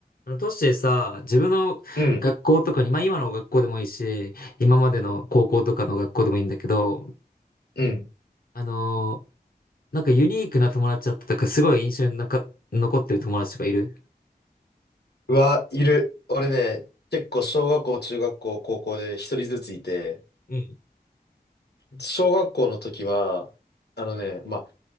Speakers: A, on the left; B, on the left.
A: あの、都市でさ、自分の学校とかに、
B: うん、
A: まあ今の学校でもいいし、今までの高校とかの学校でもいいんだけど、
B: うん。
A: あのーなんかユニークな友達だったとか、すごい印象になか残ってる友達とかいる
B: うわ、いる。俺ね、結構小学校、中学校、高校で一人ずついて、
A: うん。
B: 小学校の時は、あのね、まあ、